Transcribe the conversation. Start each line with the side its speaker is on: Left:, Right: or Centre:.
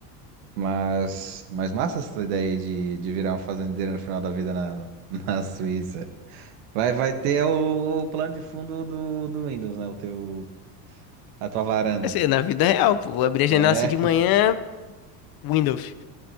Right: Mas, mas massa essa ideia de, de virar um fazendeiro no final da vida na, <laughs> na Suíça. Vai, vai ter o, o plano de fundo do, do Windows, né? O teu, a tua varanda,
Left: Assim, na vida real, pô, vou abrir a
Right: né?
Left: janela assim
Right: <laughs>
Left: de manhã, Windows.